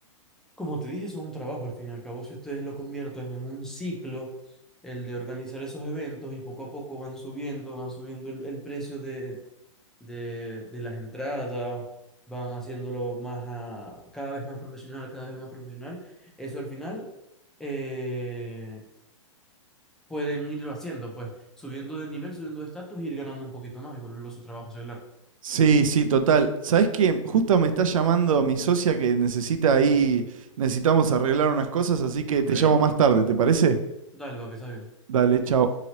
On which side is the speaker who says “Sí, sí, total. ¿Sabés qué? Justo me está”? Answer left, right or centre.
Right